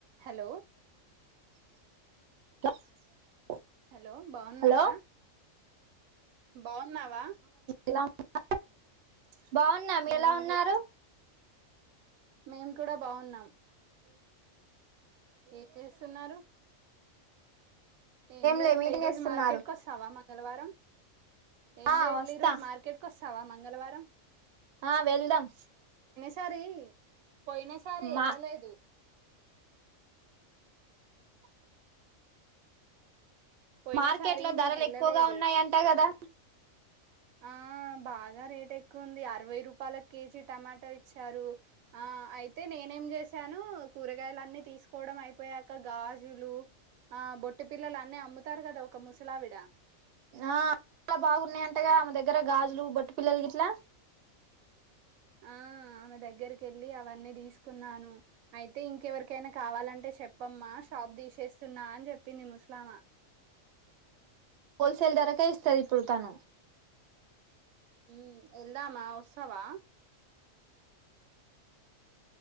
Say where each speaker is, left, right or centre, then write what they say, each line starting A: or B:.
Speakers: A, on the right; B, on the right.
A: Hello
B: <inaudible>
A: hello బాగున్నారా
B: hello
A: బావున్నావా
B: ఇలా <unintelligible> బావున్నాం
A: మేము
B: ఎలా ఉన్నారు
A: మేం కూడా బావున్నాం ఏం చేస్తున్నారు ఏం చేయట్లే
B: లే మీరేం
A: ఈ రోజు
B: చేస్తున్నారు
A: మార్కెట్కి వస్తావా మా మంగళవారం ఏం
B: ఆ
A: చేయట్లే
B: వస్తా
A: ఈరోజు మార్కెట్కి వ స్తవా మంగళవారం
B: ఆ వెళ్దాం
A: సారి పోయిన సారి
B: మా
A: ఎళ్ళలేదు పోయినసారి
B: మార్కెట్లో ధరలు
A: నేను వెళ్ళలేదు
B: ఎక్కువగా ఉన్నాయంట కదా
A: ఆ బాగా రేట్ ఎక్కువుంది అరవై రూపాయల కేజీ టమాటా ఇచ్చారు ఆ అయితే నేనేం చేసాను కూరగాయలు అన్నీ తీసుకోవడం అయిపోయాక గాజులు ఆ బొట్టు బిల్లలు అన్నీ అమ్ముతారు కదా ఒక ముసలావిడ
B: ఆ చాల బాగున్నాయ్ అంటగా ఆమె దగ్గర గాజులు బొట్టుబిల్లలు గిట్లా
A: ఆ ఆమె దగ్గరకి కెళ్ళి అవన్నీ తీసుకున్నాను అయి అయితే ఇంకెవరికైనా కావాలంటే చెప్పమ్మా షాప్ తీషేస్తున్నా అని చెప్పింది ముస్లామా
B: హోల్సేల్ ధరకే ఇస్తంది ఇప్పుడు తను
A: హ్మ్ ఎల్దామా వస్తావా